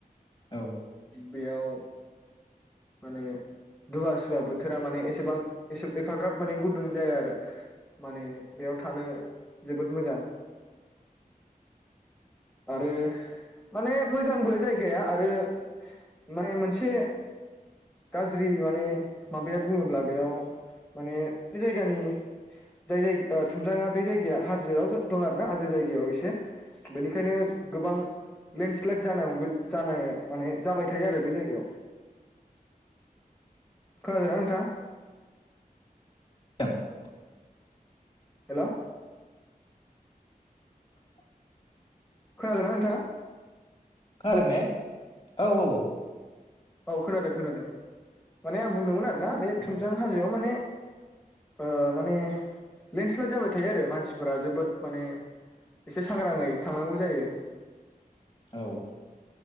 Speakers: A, on the left (about 40°); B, on the left (about 15°).
A: औ
B: बेयाव माने दुवासुवा बोथ थोरा माने एसेबां एसे एफाग्राब माने गुदुं जाया आरो माने बेयाव थानो जोबोद मोजां। आरो माने मोजांबो जायगाया आरो माने मोनसे गाज्रि माने माबाया बुङोब्ला बेयाव माने बे जायगानि जाय जाय ओ थुमजां बे जायगाया हाजोआव दं आर ना हाजो जायगायाव एसे बेनिखायनो गोबां लेन्डस्लाइद जानो माने जाबाय थायो आरो बे जायगायाव खोनादों ना नोंथाआ?
A: <unintelligible>
B: हेलौ खोनादों ना नोंथाङा?
A: खोनादों ने औ औ।
B: औ खोनादों खोनादों माने आं बुंदोंमोना ना बे
A: औ
B: थुमजां हाजोआव माने ओ माने लेन्डस्लाइद जाबाय थायो आरो मानसिफोरा जोबोद माने एसे सांग्राङै थांनांगौ जायो।
A: औ।